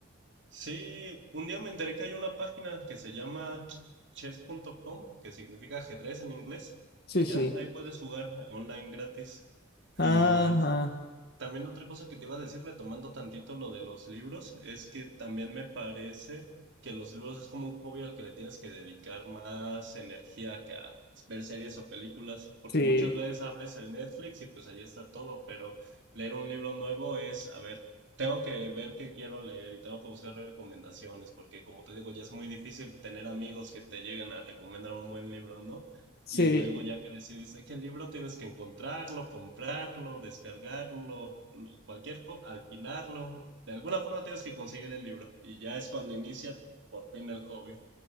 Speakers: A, on the right (about 65°); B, on the left (about 55°).
A: Sí, un día me enteré que hay una página que se llama ch- chess.com, que significa ajedrez en inglés,
B: Sí,
A: y ya,
B: sí.
A: ahí puedes jugar online gratis.
B: Ajá.
A: Y También otra cosa que te iba a decir, retomando tantito lo de los libros, es que también me parece que los libros es como un hobby al que le tienes que dedicar más energía que a ver series o películas, porque
B: Sí,
A: muchas veces abres el Netflix y pues ahí está todo, pero leer un libro nuevo es, a ver, tengo que ver qué quiero leer y tengo que buscar recomendaciones, porque como te digo, ya es muy difícil tener amigos que te lleguen a recomendar un buen libro, ¿no?
B: sí.
A: Y luego ya que decides eh, qué libro tienes que encontrarlo, comprarlo, descargarlo, lo- cualquier co- alquilarlo. De alguna forma tienes que conseguir el libro. Y ya es cuando inicia por fin el hobby.